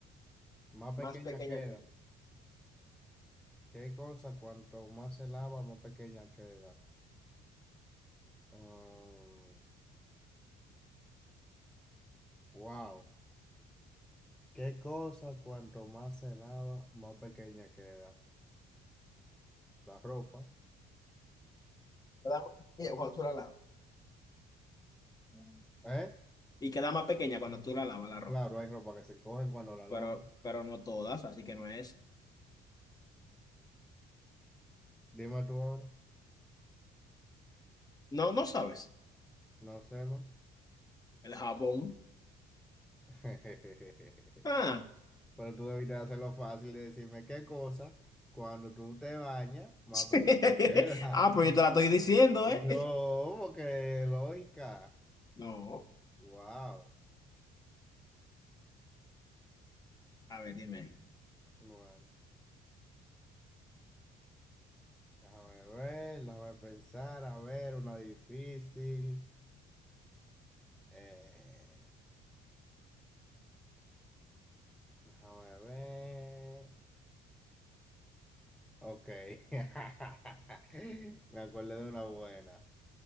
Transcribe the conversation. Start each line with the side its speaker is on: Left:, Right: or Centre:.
Centre: más pequeña
Left: Más pequeña
Centre: queda.
Left: queda.
Centre: ¿Qué cosa? Cuanto más se lava, más pequeña queda. Mm, wow. ¿Qué cosa? Cuanto más se lava, más pequeña queda. La ropa.
Left: Te da- Cuando tú la lavas.
Centre: Ya. ¿Eh?
Left: Y queda más pequeña cuando tú la lavas la ropa.
Centre: Claro, hay ropa que se encogen cuando la lavan.
Left: Pero, pero no todas, así que no es.
Centre: Dime tú ahora.
Left: No, no sabes.
Centre: No sé, ¿no?
Left: El jabón.
Centre: <laughs>
Left: Ah.
Centre: Pero tú debiste hacerlo fácil de decirme qué cosa cuando tú te bañas, más
Left: <laughs>
Centre: pequeño queda.
Left: Ah,
Centre: <laughs>
Left: pues yo te la estoy diciendo, ¿eh?
Centre: No, porque lógica.
Left: No.
Centre: Wow.
Left: A ver, dime.
Centre: Bueno, déjame ver, déjame pensar, a ver, una difícil. Eh, déjame ver. Ok. <laughs> Me acuerdo de una buena.